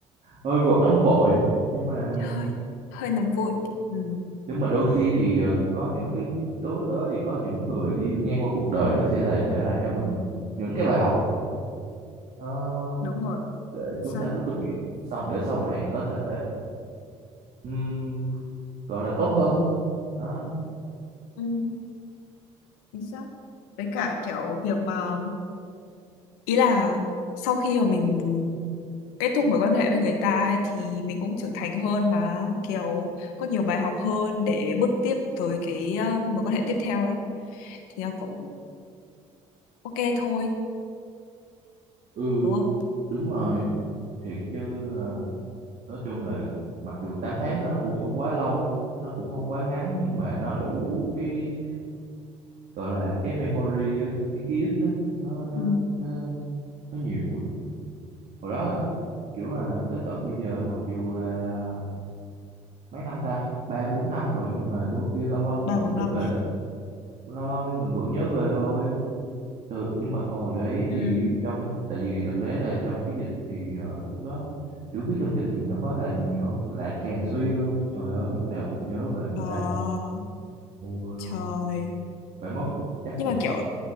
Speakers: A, on the right; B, on the left.
A: hơi vội nóng vội nhưng mà
B: hơi hơi nóng vội ừ,
A: nhưng mà đôi khi thì ờ, có những cái đối với tớ thì có những người đi ngang qua cuộc đời nó sẽ là để lại cho mình một, những cái bài học nó
B: đúng rồi
A: để
B: chính
A: chúng
B: xác
A: ta rút kinh nghiệm sau để sau này có thể ừm, gọi là tốt hơn đó
B: ừ, chính xác với cả kiểu việc mà ý là sau khi mà mình kết thúc mối quan hệ với người ta ấy, thì mình cũng trưởng thành hơn mà kiểu có nhiều bài học hơn để bước tiếp tới cái ờ, mối quan hệ tiếp theo ấy thì nó cũng ok thôi
A: ừ
B: đúng không
A: đúng rồi thiệt chứ ờ, nói chung là mặc dù 8 tháng nữa cũng không quá lâu nó cũng không quá ngắn nhưng mà nó đủ cái gọi là cái memory á, cái ký ức á, nó nó
B: ừ,
A: nó nó nhiều quá hồi đó là kiểu là tới tận bây giờ mặc dù là mấy năm ta ba bốn năm rồi nhưng mà đôi khi lâu lâu mình
B: ba
A: vẫn
B: bốn
A: nhớ
B: năm
A: về
B: ấy
A: lâu lâu mình vẫn nhớ về thôi từ nhưng mà còn hồi đấy
B: Ừ.
A: thì trong tại vì đợt đấy là trong cái dịch thì ờ, lúc đó kiểu biết trong dịch thì mình đâu có làm gì nhiều đâu lại càng suy hơn trời ơi lúc nào cũng nhớ về người
B: Ờ,
A: ta ôi ôi
B: trời
A: phải mất chắc
B: nhưng
A: cũng
B: mà kiểu